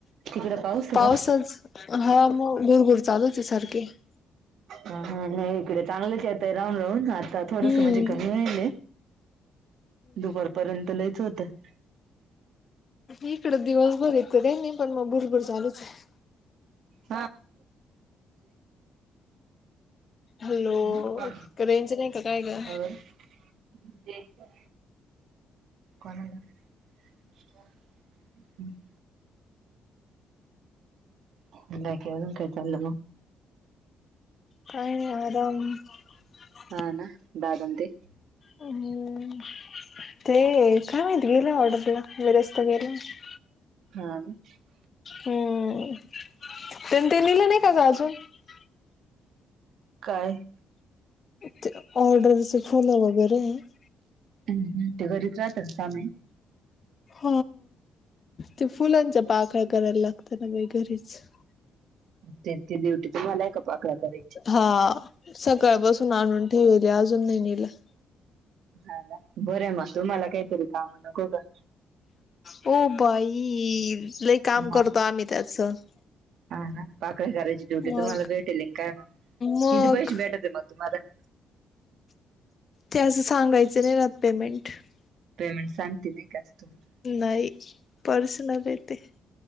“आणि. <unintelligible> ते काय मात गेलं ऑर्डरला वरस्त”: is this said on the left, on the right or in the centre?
Left